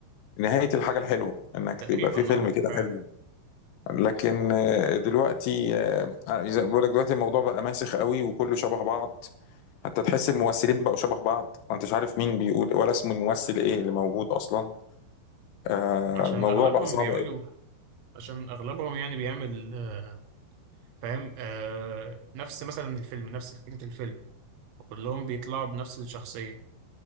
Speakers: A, on the left; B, on the right.
A: نهاية الحاجة الحلوة انك
B: تقريبا
A: يبقى في فيلم
B: أه
A: كده
B: فعلا
A: حلو لكن آه، دلوقتي آه، زي ما بقول لك دلوقتي الموضوع بقى ماسخ قوي وكله شبه بعض حتى تحس الممثلين بقوا شبه بعض وانت مش عارف مين بيقول ولا اسم الممثل ايه اللي موجود اصلا آه،
B: عشان
A: الموضوع
B: أغلبهم
A: بقى صعب
B: بيعملوا
A: قوي
B: عشان أغلبهم يعني بيعمل آه، فاهم آه نفس مثلا الفيلم نفس فكرة الفيلم كلهم بيطلعوا بنفس الشخصية